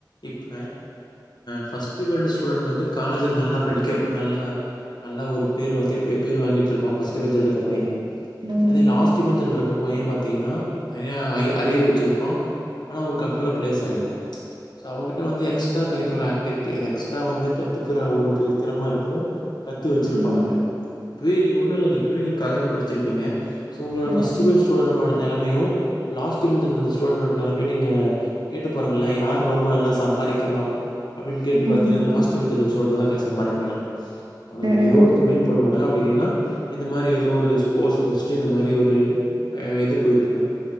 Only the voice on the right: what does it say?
ம் ம்
ம்
ம்
ம்
ம்
ம் ம்
ம்